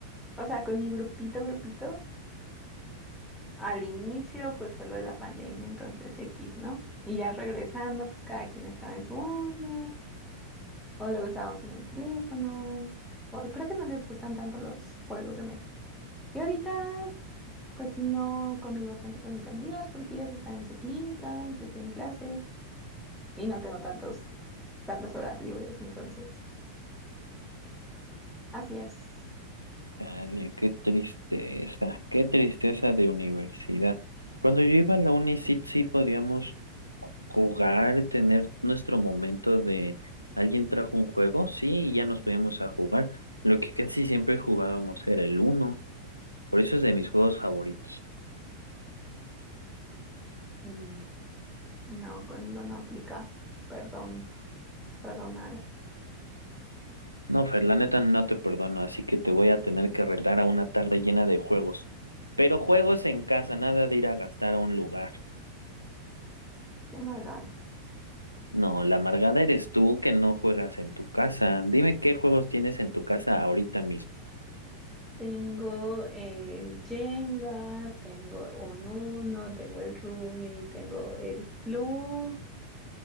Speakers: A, in the centre; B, on the left.
A: o sea, con mi grupito, grupito, al inicio, pues fue lo de la pandemia, entonces X, ¿no? Y ya regresando, pues cada quien estaba en su onda, o luego estábamos en el teléfono, o creo que no les gustan tanto los juegos de mesa. Y ahorita Pues no convivo tanto con mis amigas porque ellas están en su clínica, yo estoy en clases y no tengo tantos, tantas horas libres, entonces, así es.
B: Dale, qué tristeza, qué tristeza de universidad. Cuando yo iba a la uni, sí, sí podíamos jugar, tener nuestro momento de alguien trajo un juego, sí, y ya nos podíamos a jugar. Lo que casi siempre jugábamos era el uno, por eso es de mis juegos favoritos.
A: Mm, No, conmigo no aplica. Perdón, perdonar.
B: No, Fer, la neta no te perdono, así que te voy a tener que retar a una tarde llena de juegos. Pero juegos en casa, nada de ir a gastar a un lugar.
A: Qué amargado.
B: No, la amargada eres tú que no juegas en tu casa. Dime qué juegos tienes en tu casa ahorita mismo.
A: Tengo el Jenga, tengo un Uno, tengo el Rumi, tengo el Club